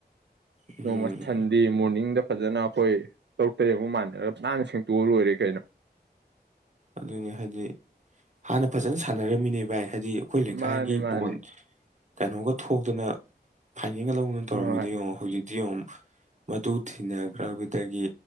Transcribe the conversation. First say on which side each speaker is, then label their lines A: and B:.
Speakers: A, on the right; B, on the right.
A: ꯎꯝ
B: ꯅꯣꯡꯃ ꯁꯟꯗꯦ ꯃꯣꯔꯅꯤꯡꯗ ꯐꯖꯅ ꯑꯈꯣꯏ ꯇꯔꯨꯛ ꯇꯔꯦꯠꯃꯨꯛꯐ ꯃꯥꯟꯅꯔ ꯅꯥꯟꯅ ꯁꯦꯡꯇꯣꯛꯑ ꯂꯣꯏꯔꯦ ꯀꯩꯅꯣ
A: ꯑꯗꯨꯅꯤ ꯍꯥꯏꯗꯤ ꯍꯥꯟꯅ ꯐꯖꯅ ꯁꯥꯟꯅꯔꯝꯃꯤꯅꯦ ꯚꯥꯏ ꯍꯥꯏꯗꯤ ꯑꯈꯣꯏ ꯂꯩꯀꯥꯏꯒꯤ
B: ꯃꯥꯅꯤ ꯃꯥꯅꯤ
A: ꯕꯣꯟ ꯀꯩꯅꯣꯒ ꯊꯣꯛꯇꯅ ꯐꯥꯏꯅꯦꯟꯒ ꯂꯧꯗꯅ
B: ꯍꯣꯏ
A: ꯇꯧꯔꯝꯃꯤꯗ ꯌꯦꯉꯣ ꯍꯧꯖꯤꯛ ꯗꯨꯌꯦꯡꯉꯨ ꯃꯇꯨ ꯊꯤꯅꯈ꯭ꯔꯕꯗꯒꯤ